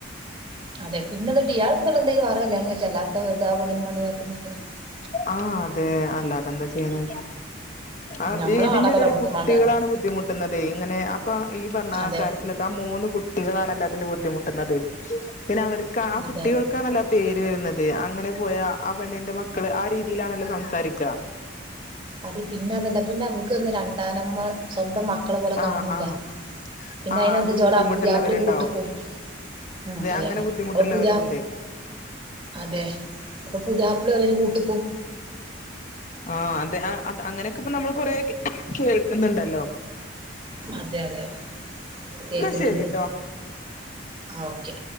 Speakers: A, on the right; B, on the left.
A: അതെ പിന്നെത് <inaudible> വേറെ കല്യാണം കഴിച്ചല്ലാത്ത <unintelligible>
B: ആഹ് അതെ അല്ലാതെന്താ ചെയ്യണ് ആ
A: ഞമ്മളെ
B: ഇതിന്റെ
A: വേണ്ടാത്തല്ല
B: ഇടയിൽ
A: നമ്മുക്കും
B: കുട്ടികളാണ്
A: വേണ്ടാന്ന്
B: ബുദ്ധിമുട്ടുന്നതെയ് ഇങ്ങനെ അപ്പൊ ഈ പറഞ്ഞ
A: അതെ
B: കാര്യത്തിലൊക്കെ മൂന്ന് കുട്ടികളാണല്ലോ അതില് ബുദ്ധിമുട്ടുന്നത് പിന്നെ അവർക്ക് ആ കുട്ടികൾക്കാണല്ലോ
A: അതെ അതെ
B: ആ പേര് വരുന്നത് അങ്ങനെ പോയ ആ പെണ്ണിന്റെ മ ക്കള് ആ രീതിയിലാണല്ലോ സംസാരിക്ക
A: അത് പിന്നെ അതല്ല പിന്നെ അവർക്ക് ഒന്ന് രണ്ടാനമ്മ സ്വന്തം മക്കളെ പോലെ കാണൂല്ല
B: ആഹ് ആഹ്
A: പിന്നെ
B: ആഹ്
A: അയിനെന്ത്ച്ച
B: അതും
A: ഓൾടെ
B: ബുദ്ധിമുട്ടുള്ളവരുണ്ടാവും
A: പുതിയാപ്ലയും കൂട്ട്ക്കും ഉം അതെ
B: അങ്ങനെ ബുദ്ധിമുട്ടുള്ളവരും
A: അപ്പൊ പുതിയാ
B: ഉണ്ട്
A: അതെ അപ്പൊ പുതിയാപ്ല ഓലീന് കൂട്ട്ക്കും
B: ആഹ് അതെ അ അങ്ങനെയൊക്കെപ്പ നമ്മൾ കൊറേ കേൾക്കുന്നുണ്ടല്ലോ
A: അതെ അതെ കേക്കുന്നുണ്ട്
B: എന്നാ ശരിട്ടോ
A: ആ ഓക്കെ